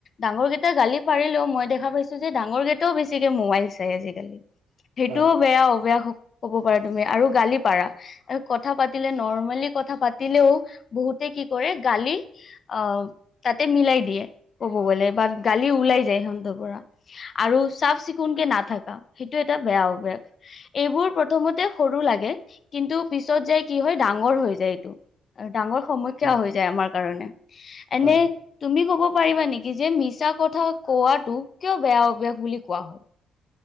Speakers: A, on the left; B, on the right.
A: ডাঙৰ কেইটা গালি পাৰিলেও মই দেখা পাইছো যে ডাঙৰকেইটাও বেছিকে মোবাইল চাই আজিকালি সেইটোও
B: হয়,
A: বেয়া অভ্যাস হ ক'ব পাৰা তুমি আৰু গালি পাৰা এ কথা পাতিলে নৰমেলি কথা পাতিলেও বহুতে কি কৰে গালি অ তাতে মিলাই দিয়ে, কব গলে বা গালি উলাই যায় সিহঁতৰ পৰা, আৰু চাফ চিকুণকে নাথাকা, সেইটো এটা বেয়া অভ্যাস এইবোৰ প্ৰথমতে সৰু লা <unintelligible> কিন্তু পিছত যাই কি হয় ডাঙৰ হৈ যায় এইটো, আৰ ডাঙৰ সমখ্যা
B: উম,
A: হৈ যায় আমাৰ কাৰণে, এনে
B: হয়, হয়,
A: তুমি কব পাৰিবা নেকি যে মিছা কথা কোৱাটো কিয় বেয়া অভ্যাস বুলি কোৱা হয়?